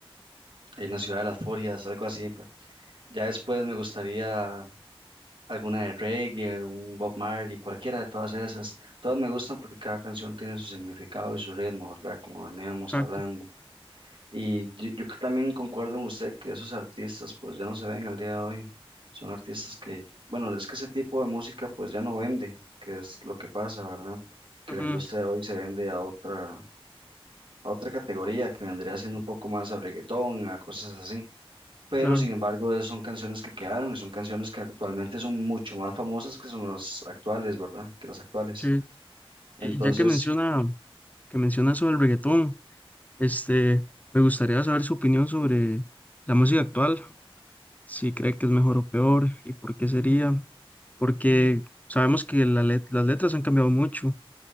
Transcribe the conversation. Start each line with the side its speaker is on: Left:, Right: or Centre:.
Right: en la ciudad de las furias, algo así, Ya después me gustaría alguna de reggae, un Bob Marley, cualquiera de todas esas. Todas me gustan porque cada canción tiene su significado y su ritmo, ¿verdad? Como veníamos
Left: Exacto.
Right: hablando. Y yo, yo que también concuerdo con usted que esos artistas pues ya no se ven al día de hoy. Son artistas que, bueno, es que ese tipo de música pues ya no vende, que es lo que pasa, ¿verdad? Que
Left: Ujú,
Right: la industria de hoy se vende a otra, a otra categoría que vendría siendo un poco más a reggaetón, a cosas así pero
Left: claro.
Right: sin embargo es- son canciones que quedaron y son canciones que actualmente son mucho más famosas que son las actuales, ¿verdad? Que las actuales.
Left: Sí.
Right: Entonces,
Left: Y ya que menciona, que menciona sobre el reggaetón, este, me gustaría saber su opinión sobre la música actual, si cree que es mejor o peor y por qué sería, porque sabemos que la let- las letras han cambiado mucho